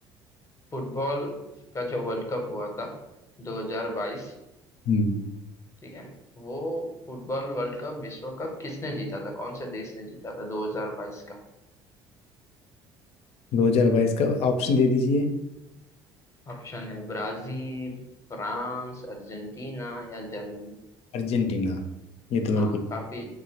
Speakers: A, on the left (about 25°); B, on the left (about 60°).
A: फुटबॉल का जो वर्ल्ड कप हुआ था 2022
B: हम्म
A: ठीक है वो फुटबॉल वर्ल्ड कप विश्व कप किसने जीता था कौन से देश ने जीता था 2022 का
B: 2022 का ऑप्शन दे दीजिए
A: ऑप्शन है ब्राजील फ्रांस अर्जेंटीना या जर्मनी
B: अर्जेंटीना ये तो मेरे
A: हाँ
B: को
A: काफी